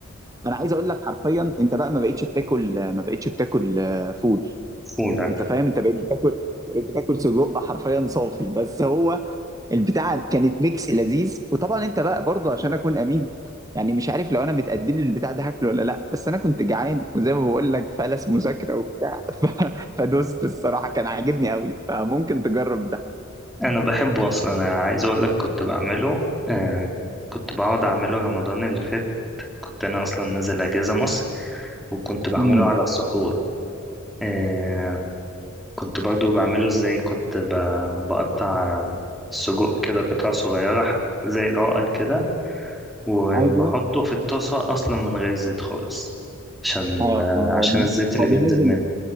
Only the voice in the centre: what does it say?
فول
انا بحبه اصلا انا عايز اقول لك كنت بعمله آه كنت بقعد اعمله رمضان اللي فات كنت انا اصلا نازل اجازه مصر وكنت بعمله
على السحور آه كنت برضو بعمله ازاي كنت ب- بقطع السجق كده قطع صغيره ح- زي العقل كده وبحطه
في الطاسة أصلا من غير زيت خالص عشان
آه،
عشان
الزيت اللي
بينزل
منه